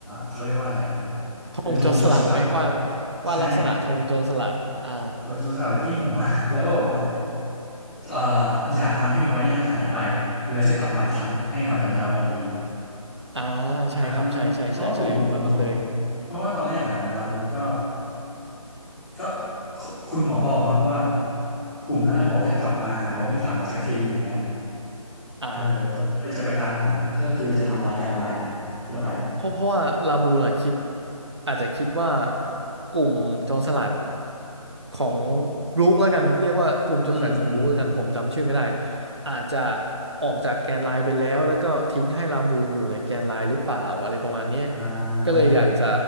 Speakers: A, in the centre; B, on the right.
A: เขาเรียกว่าอะไรอ่ะ
B: ธงโจรสลัดไหมว่า
A: เป็นธงโจรสลัด
B: ว่าลักษณะธงโจรสลัดอ่า
A: ใช่ตัวโจรสลัดไว้ที่หัว <laughs> แล้วก็บอกว่าเอ่ออย่าทำให้รอยเนี่ยหายไปแล้วจะกลับมาอีกครั้งให้คำสัญญาไว้อย่างนี้
B: อ่า
A: เออ
B: ใช่ครับใช่ใช่ใช่ใช่แบบนั้นเลย
A: เพราะว่ากลุ่มกลุ่มของเพราะว่าตอนแรกอ่ะลาบูนก็ ก็คุคุณหมอบอกเนาะว่ากลุ่มนั้นนะบอกว่าจะกลับมาแต่ว่าไม่กลับมาสักทีอย่างเงี้ย
B: อ่า
A: เออตอนนี้ก็เลยจะไปตามหาก็คือจะทำลายการไลน์แหละเพื่อไป
B: เพราะเพราะว่าลาบูนอะคิดอาจจะคิดว่ากลุ่มโจรสลัดของบรูคแล้วกันเรียกว่ากลุ่มโจรสลัดของบรูคแล้วกันผมจำชื่อไม่ได้
A: อืมอืม
B: อาจจะออกจากแกนไลน์ไปแล้วแล้วก็ทิ้งให้ลาบูนอยู่ในแกนไลน์หรือเปล่าอะไรประมาณเนี้ย
A: อ่
B: ก็เลยอยากจะ
A: า